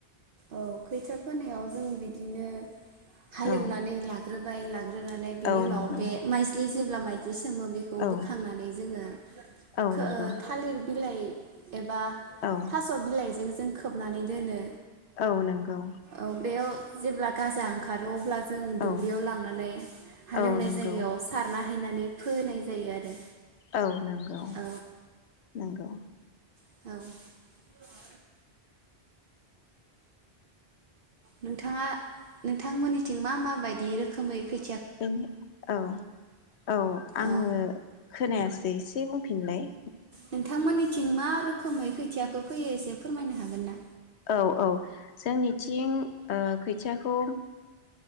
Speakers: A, on the right; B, on the left.
A: औ खैथा फोनायाव जों बिदिनो हालेवनानै
B: औ
A: लाग्रोब <unintelligible> ग्रोनानै बिनि
B: औ
A: उनाव
B: नंगौ
A: बे माइज्लि जिब होनब्ला माय <unintelligible> <unintelligible> बिखौ
B: औ
A: बोखांनानै जोङो
B: औ
A: खो
B: नंगौ
A: थालिर बिलाइ एबा
B: औ
A: थास बिलाइजों जों खोबनानै दोनो
B: औ नंगौ
A: औ बेयाव जेब्ला गाजा ओंखारो अब्ला जों दुब्लियाव
B: औ
A: लांनानै हालेवनाय
B: औ नंगौ
A: जायगायाव सारना हैनानै फोनाय जायो आरो
B: औ नंगौ
A: औ
B: नंगौ
A: औ नोंथाङा नोंथांमोननिथिं मा मा बायदि रोखोमै खै
B: बेनो औ औ आङो
A: औ
B: खोनायासै एसे बुंफिन फिननाय
A: नोंथांमोननिथिं मा रोखोमै खोथियाखौ फैयो एसे फोरमायनो हागोन ना?
B: औ औ जोंनिथिं ओ खोथियाखौ